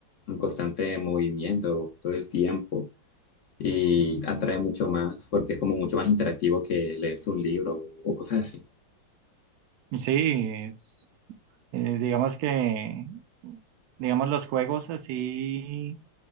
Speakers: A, on the left; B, on the right.
A: en constante movimiento todo el tiempo y atrae mucho más porque es como mucho más interactivo que leerse un libro o, o cosas así.
B: Sí, es, eh, digamos que, digamos los juegos así